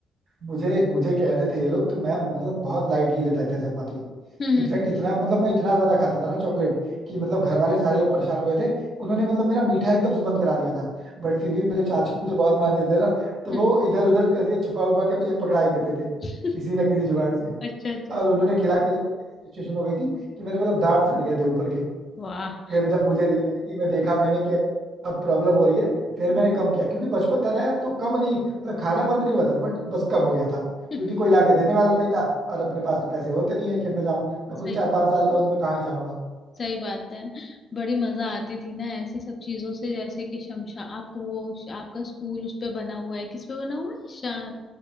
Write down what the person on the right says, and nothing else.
मुझे मुझे कहते थे ये लोग तो मैं मतलब बहुत लाइटली लेता था सब बातें
इनफैक्ट
इतना मतलब मैं इतना ज्यादा खाता था ना चॉकलेट कि मतलब घर वाले सारे लोग परेशान हो गए थे उन्होंने मतलब मेरा मीठा एकदम से बंद करा दिया था बट फिर भी मेरे चाचू मुझे बहुत मानते थे ना तो
वो इधर उधर करके छुपा उपा के मुझे पकड़ा ही देते थे
किसी ना किसी जुगाड़ से
और उन्होंने खिला खिला के ऐसी सिचुएशन हो गई थी कि मेरे मतलब दांत सड़ गए थे ऊपर के
फिर जब मुझे रियलिटी में देखा मैंने कि अब प्रॉब्लम हो रही है फिर
मैंने कम किया क्योंकि बचपन था ना यार तो कम नहीं मतलब खाना बंद नहीं हुआ था बट बस कम हो गया था
क्योंकि कोई लाके देने वाला नहीं था और अपने पास तो पैसे होते नहीं है कि मैं जाऊं मैं खुद
चार
पांच साल का हूं तो मैं कहाँ ही जाऊंगा